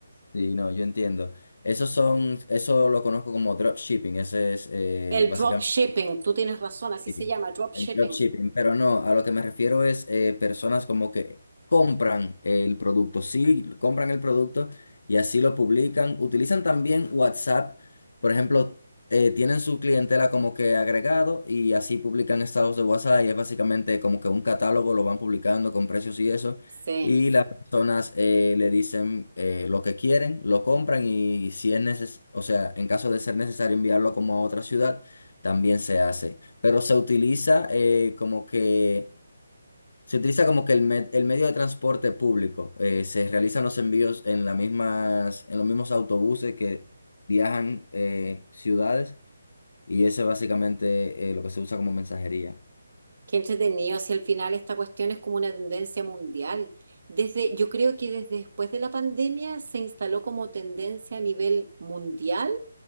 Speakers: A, on the left (about 65°); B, on the right (about 45°).
A: sí, no, yo entiendo. esos son, eso lo conozco como dropshipping, ese es eh,
B: El
A: básicamente
B: drop shipping, tú tienes razón, así
A: Sí,
B: se llama, drop shipping.
A: El dropshipping, pero no, a lo que me refiero es eh, personas como que compran el producto, sí, compran el producto y así lo publican. Utilizan también WhatsApp, por ejemplo, eh, tienen su clientela como que agregado y así publican estados de WhatsApp y es básicamente como que un catálogo, lo van publicando con precios y eso.
B: Sí.
A: Y las personas eh, le dicen eh, lo que quieren, lo compran y si es necesario, o sea, en caso de ser necesario enviarlo como a otra ciudad, también se hace pero se utiliza eh, como que se utiliza como que el, me- el medio de transporte público. Eh, se realizan los envíos en las mismas, en los mismos autobuses que viajan eh, ciudades y ese es básicamente eh, lo que se usa como mensajería.
B: Qué entretenido, si al final esta cuestión es como una tendencia mundial. Desde, yo creo que desde después de la pandemia se instaló como tendencia a nivel mundial